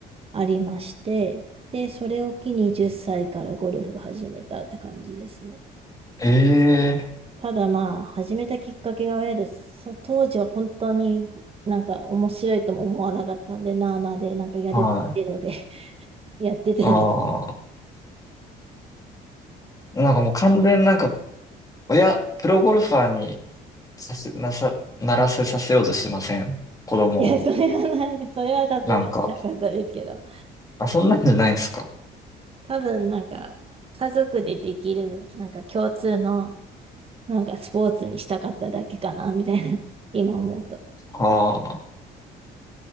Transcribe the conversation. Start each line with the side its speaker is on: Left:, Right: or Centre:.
Right: ありまして、で、それを機に10歳からゴルフ始めたって感じですね。
Left: い。ええ
Right: ただまあ、始めたきっかけが親です。そ当時は本当になんか面白いとも思わなかったんで、なあなあで、なんかやるけどで
Left: はい。
Right: <laughs> やってたんです。
Left: ああ。なんかもう完全になんか、親、プロゴルファーにさせ、なさ、ならせさせようとしてません。子供を。
Right: いや、それはなんか、それはさすがになかったですけど。
Left: なんか、あ、そんなんじゃないんですか。
Right: 多分なんか家族でできるなんか共通のなんかスポーツにしたかっただけかなみたいな <laughs> 今思うと。
Left: ああ、